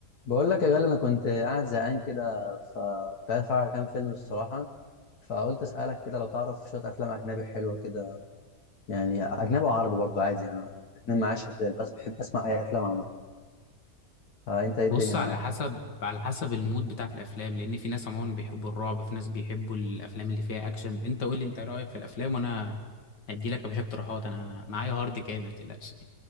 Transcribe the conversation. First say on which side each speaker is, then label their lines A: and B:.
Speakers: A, on the left (about 65°); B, on the left (about 85°).
A: بقول لك يا غالي انا كنت قاعد زهقان كده فكنت عايز اتفرج على كام فيلم الصراحه فقلت اسالك كده لو تعرف شويه افلام اجنبي حلوه كده يعني اجنبي وعربي برضه عادي يعني أنا الاتنين معايا شغال بس بحب اسمع اي افلام عامه فانت ايه
B: بص
A: الدنيا
B: على
A: معاك
B: حسب على حسب المود بتاع الافلام لان في ناس عموما بيحبوا الرعب في ناس بيحبوا الافلام اللي فيها اكشن انت قول لي انت رايك في الافلام وانا هدي لك يا باشا اقتراحات انا معايا هارد كامل ما تقلقش